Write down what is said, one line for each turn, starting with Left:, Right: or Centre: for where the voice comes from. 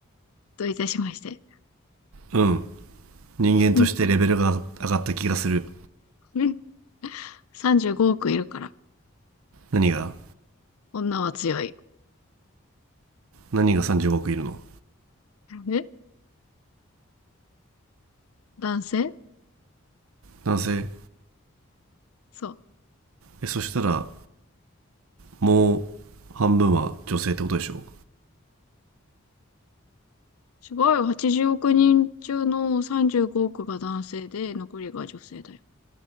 Left: どういたしまして。
Right: うん人間としてレベルが上がった気がする
Left: うん。うん35億いるから、
Right: 何が
Left: 女は強い。
Right: 何が35億いるの
Left: え男性
Right: 男性
Left: そう。
Right: えそしたらもう半分は女性ってことでしょ
Left: すごいよ。80億人中の35億が男性で、残りが女性だよ。